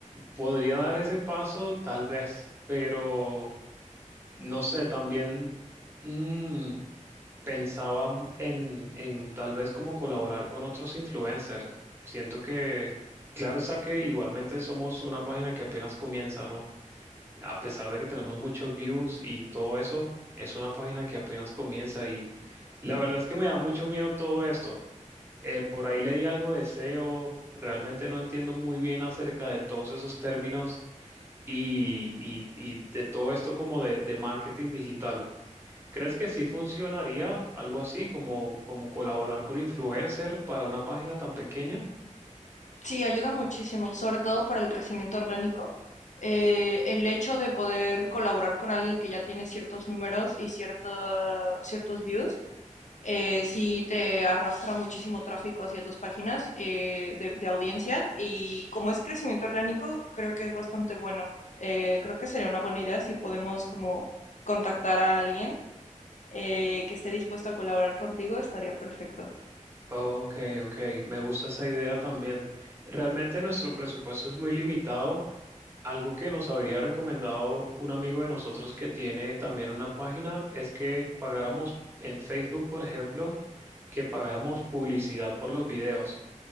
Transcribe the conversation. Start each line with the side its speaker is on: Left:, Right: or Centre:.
Right: podría dar ese paso, tal vez, pero no sé, también. mm, Pensaba en, en tal vez como colaborar con otros influencers. Siento que, claro está que igualmente somos una página que apenas comienza, ¿no? A pesar de que tenemos muchos views y todo eso, es una página que apenas comienza y la verdad es que me da mucho miedo todo esto. Eh, por ahí leí algo de SEO, realmente no entiendo muy bien acerca de todos esos términos y, y, y de todo esto como de de marketing digital. ¿Crees que sí funcionaría algo así como, como colaborar con influencers para una página tan pequeña?
Left: Sí, ayuda muchísimo, sobre todo para el crecimiento orgánico. Eh, el hecho de poder colaborar con alguien que ya tiene ciertos números y cierto- ciertos views eh, sí te arrastra muchísimo tráfico hacia tus páginas eh, de, de, audiencia y como es crecimiento orgánico, creo que es bastante bueno. Eh, creo que sería una buena idea si podemos como contactar a alguien eh, que esté dispuesto a colaborar contigo, estaría perfecto.
Right: Ok, ok, me gusta esa idea también. Realmente nuestro presupuesto es muy limitado. Algo que nos había recomendado un amigo de nosotros que tiene también una página es que pagáramos en Facebook, por ejemplo, que pagáramos publicidad por los videos.